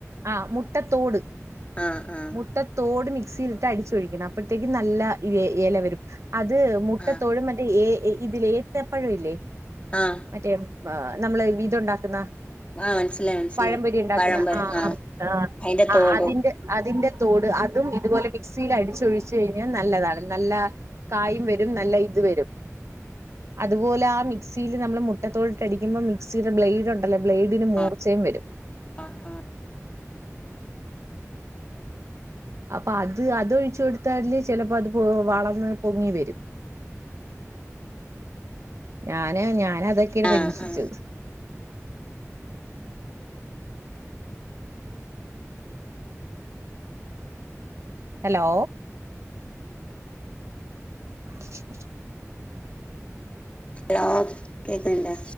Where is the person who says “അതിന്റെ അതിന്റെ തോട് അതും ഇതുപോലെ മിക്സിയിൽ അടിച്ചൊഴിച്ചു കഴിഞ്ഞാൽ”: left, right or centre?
Right